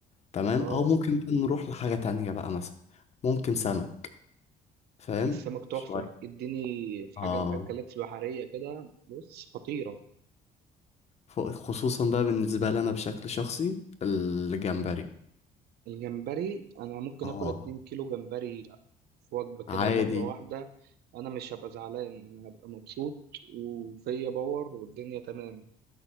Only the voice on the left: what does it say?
تمام
أو ممكن بقى نروح لحاجة تانية بقى مثلا ممكن سمك فاهم
شوية
اه
فوق- خصوصا بقى بالنسبة لي أنا بشكل شخصي الجمبري
اه
عادي